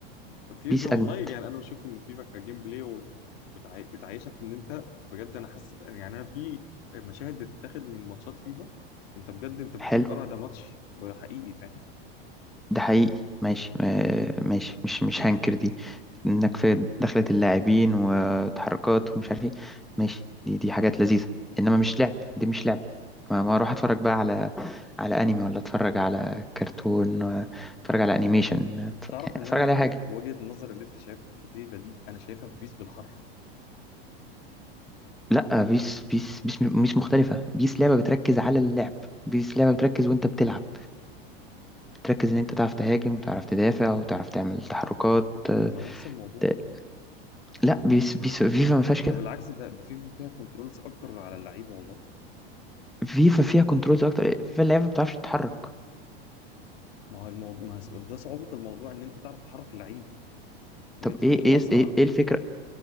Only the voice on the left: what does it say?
فيفا
والله
يعني انا بشوف ان فيفا كجيم بلاي وبتعي... بتعيشك ان انت بجد انا حاسس يعني انا في مشاهد بتتاخد من ماتشات فيفا انت بجد انت بتفكرها
ده ماتش حقيقي فاهم
انت تعرف
ان
انا
ال-
وجهة النظر اللي انت شايفها في فيفا دي انا شايفها في بيس بالحرف
طب ما نفس الموضوع
ده
بالعكس ده ده فيفا فيها كنترولز اكتر على اللعيبه والله
ما هو الموضوع ما هو ده صعوبه الموضوع ان انت تعرف تحرك اللعيب ان
انت تكون
اسرع